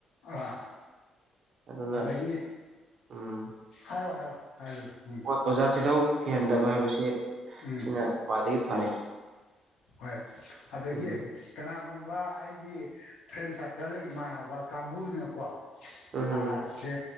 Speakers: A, on the left; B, on the right.
A: ꯑꯥ
B: ꯑꯗꯨꯅ
A: ꯑꯗꯒꯤ
B: ꯎꯝ
A: ꯍꯥꯏꯔꯣ ꯍꯥꯏꯔꯣ <unintelligible> ꯎꯝ
B: ꯑꯣꯖꯥ ꯆꯤꯜꯍꯧ ꯊꯤꯍꯟꯗꯕ ꯍꯥꯏꯕꯁꯤ
A: ꯎꯝ
B: ꯁꯤꯅ ꯈ꯭ꯋꯥꯏꯗꯒꯤ ꯐꯔꯦ
A: ꯍꯣꯏ ꯑꯗꯒꯤ
B: ꯎꯝ
A: ꯀꯅꯥ ꯒꯨꯝꯕ ꯑꯩꯒꯤ ꯐ꯭ꯔꯦꯟ ꯁꯥꯔꯀꯜ ꯏꯃꯥꯟꯅꯕ ꯀꯥꯡꯕꯨꯅꯀꯣ
B: ꯎꯝ
A: ꯑꯥ ꯁꯦ